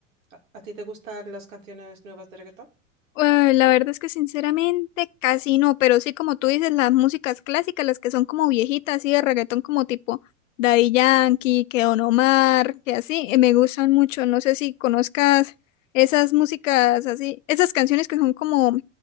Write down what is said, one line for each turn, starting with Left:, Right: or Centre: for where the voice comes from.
Right: ¿A, a ti te gustan las canciones nuevas de reggaetón?
Left: Ay, la verdad es que sinceramente casi no, pero sí como tú dices, las músicas clásicas, las que son como viejitas, así de reggaetón como tipo Daddy Yankee, que Don Omar, que así, eh, me gustan mucho. No sé si conozcas esas músicas así, esas canciones que son como,